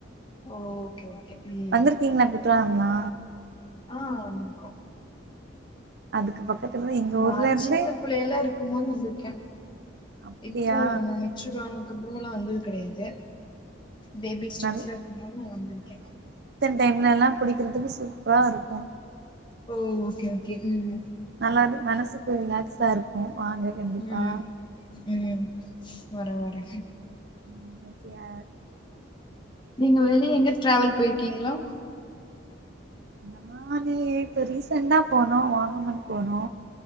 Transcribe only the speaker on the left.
ஓகே ஓகே ம்
ஆ வந்துருக்கோ
நாலா
சின்ன பிள்ளைல இருக்கும போது வந்திருக்கே
இப்போ நா நெனச்சுதா அப்றோலா வந்தது கெடையாது பேபி <unintelligible>
இருக்கமோது நா வந்திருக்கே
ஓ ஓகே ஓகே உம்
ம் ம் வரே வரே
நீங்க வெளிய எங்க டிராவல் போயிர்க்கீங்களா